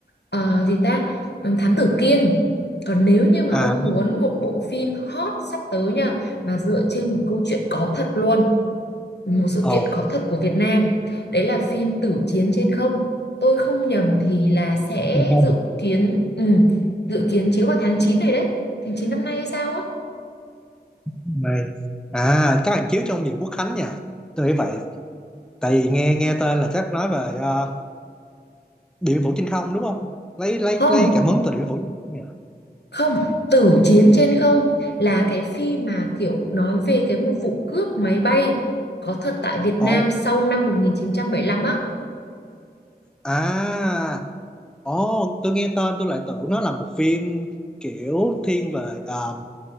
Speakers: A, on the left; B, in the centre.
A: ờ, gì ta, Ừ, Thám Tử Kiên. Còn nếu như mà
B: À
A: ông muốn một bộ phim hot sắp tới nha, mà dựa trên một câu chuyện có thật luôn, một sự
B: Ồ,
A: kiện có thật của Việt Nam đấy là phim Tử Chiến Trên Không tôi không nhầm thì là sẽ
B: trên không
A: dự kiến ừ, dự kiến chiếu vào tháng 9 này đấy tháng 9 năm nay hay sao á
B: này à chắc là chiếu trong dịp Quốc Khánh nha tôi nghĩ vậy tại vì nghe nghe tên là chắc nói về ờ, Điện biên phủ trên không đúng không lấy lấy
A: không
B: lấy cảm hứng từ Điện biên phủ trên không nhỉ
A: không Tử Chiến Trên Không là cái phim mà kiểu nói về cái một vụ cướp máy bay có thật tại Việt
B: ồ
A: Nam sau năm 1975 á
B: à ồ tôi nghe tên tôi lại tưởng nó là một phim kiểu thiên về ờ,